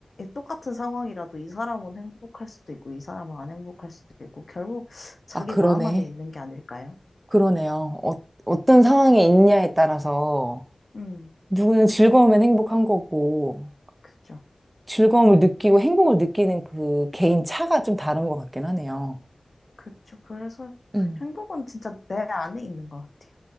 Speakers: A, on the left (about 60°); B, on the right (about 25°).
A: 똑같은 상황이라도 이 사람은 행복할 수도 있고, 이 사람은 안 행복할 수도 있고, 결국 자기
B: 아, 그러네.
A: 마음 안에 있는 게 아닐까요?
B: 그러네요. 어, 어떤 상황에 있냐에 따라서
A: 음,
B: 누구는 즐거우면 행복한 거고
A: 그죠.
B: 즐거움을 느끼고 행복을 느끼는 그 개인 차가 좀 다른 것 같긴 하네요.
A: 그죠. 그래서
B: 음.
A: 행복은 진짜 내 안에 있는 것 같아요.